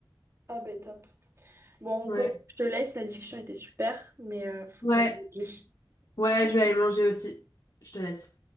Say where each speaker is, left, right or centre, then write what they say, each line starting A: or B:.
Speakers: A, on the right; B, on the left.
A: Ah ben top. Bon,
B: Ouais,
A: Chloé, je te laisse, la discussion était super, mais euh, faut
B: ouais,
A: que j'aille manger.
B: ouais, je vais aller manger aussi. Je te laisse.